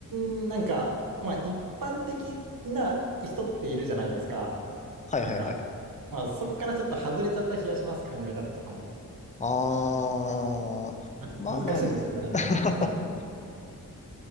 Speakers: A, on the right; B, on the left.
A: ーん、なんか、まあ、一般的な人っているじゃないですか。
B: はいはいはい。
A: なんか、まあ、そこからちょっと外れちゃった気がします、考え方とかも。
B: ああ、
A: まあ、ちょっと難しいんですけどね、
B: まあまあま
A: 言語化するの
B: あ。